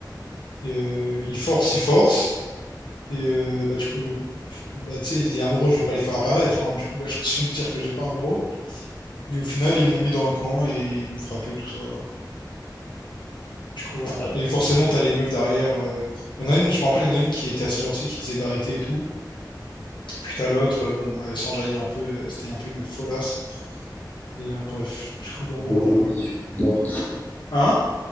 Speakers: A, on the left (about 85°); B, on the left (about 20°).
A: Et, euh, il force, il force. Et euh, bah, du coup, bah, tu sais, les un euro, je vais pas les faire apparaître. hein. Du coup, bah, je <laughs> continue de dire que j'ai pas un euro. Et au final, ils m'ont mis dans un coin et ils m'ont frappé, tout ça. Du coup, voilà.
B: Alors,
A: Et forcément, t'as les meufs derrière. euh, Il y en a une, je me rappelle, il y en a une qui était assez gentille, qui disait d'arrêter et tout. Puis t'as l'autre, euh, bon, elle s'enjaillait un peu. euh, C'était un peu une folasse. Et euh, bref, du coup, en gros,
B: Un peu groupie
A: voilà.
B: sur les bords.
A: Hein?